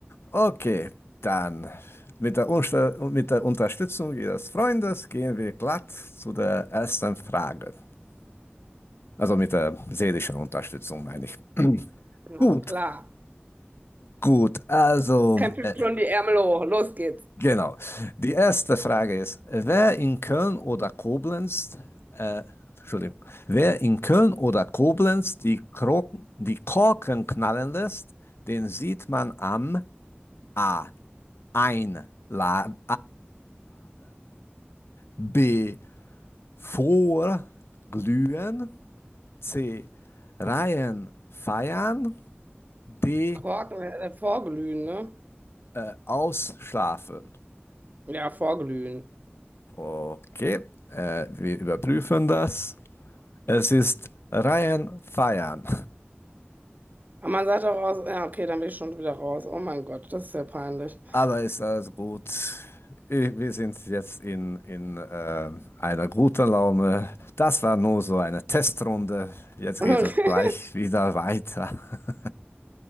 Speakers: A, on the left (about 75°); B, on the right (about 45°).
A: Okay, dann mit der, Unsta- mit der Unterstützung Ihres Freundes gehen wir glatt zu der ersten Frage. Also mit der seelischen Unterstützung meine ich.
B: Na
A: Gut.
B: klar.
A: Gut, also
B: Krempel
A: äh,
B: schon die Ärmel hoch. Los geht's.
A: Genau. Die erste Frage ist, wer in Köln oder Koblenz, äh, Entschuldigung, wer in Köln oder Koblenz die, Kro die Korken knallen lässt, den sieht man am A. Ein, La B. Vorglühen, C. Reihen feiern, D.
B: Korken, äh, vorglühen, ne?
A: Äh, ausschlafen.
B: Ja, vorglühen.
A: Okay, äh, wir überprüfen das. Es ist Ryan Feiern,
B: Aber man sagt auch aus, ja, okay, dann bin ich schon wieder raus. Oh mein Gott, das ist ja peinlich. <laughs>
A: aber ist alles gut. I- Wir sind jetzt in, in äh, einer guten Laune. Das war nur so eine Testrunde. Jetzt
B: Okay.
A: geht es gleich wieder weiter. <laughs>